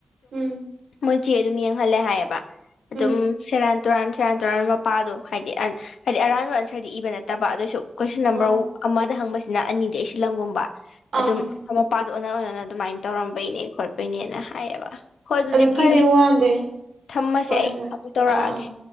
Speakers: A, on the right (about 80°); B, on the left (about 85°).
A: ꯎꯝ
B: ꯃꯣꯏꯁꯤꯦ ꯑꯗꯨꯝ ꯌꯦꯡꯍꯜꯂꯦ ꯍꯥꯏꯌꯦꯕ ꯑꯗꯨꯝ
A: ꯎꯝ
B: ꯁꯦꯔꯥꯟ ꯇꯨꯔꯥꯟ ꯁꯤꯨꯔꯥꯟ ꯇꯨꯔꯥꯟ ꯃꯄꯥꯗꯣ ꯍꯥꯏꯗꯤ ꯍꯥꯏꯗꯤ ꯑꯔꯥꯟꯕ ꯑꯟꯁꯔꯗꯤ ꯏꯕ ꯅꯠꯇꯕ ꯑꯗꯨꯁꯨ ꯀꯣꯏꯁꯟ ꯅꯝꯕꯔ
A: ꯍꯣꯏ
B: ꯑꯃꯗ ꯍꯪꯕꯁꯤꯅ ꯑꯅꯤꯗꯤ ꯑꯩ ꯁꯤꯜꯂꯝꯪꯒꯨꯝꯕ
A: ꯑꯪ
B: ꯑꯗꯨꯝ ꯃ ꯃꯄꯥ ꯑꯗꯨ ꯑꯣ ꯑꯣꯅ ꯑꯗꯨꯃꯥꯏꯅ ꯇꯧꯔꯝꯕꯩꯅꯦ ꯈꯣꯠꯄꯩꯅꯦꯅ ꯍꯥꯏꯌꯦꯕ ꯍꯣꯏ ꯑꯗꯨꯗꯤ
A: ꯑꯗꯨ
B: ꯐꯔꯦ
A: ꯀꯦꯖꯤ ꯋꯥꯟꯗꯩ
B: ꯊꯝꯃꯁꯦ
A: ꯍꯣꯏ
B: ꯑꯩ
A: ꯍꯣꯏ
B: ꯑꯃꯨꯛ ꯇꯧꯔꯛꯑꯒꯦ
A: ꯑꯥ ꯑꯥ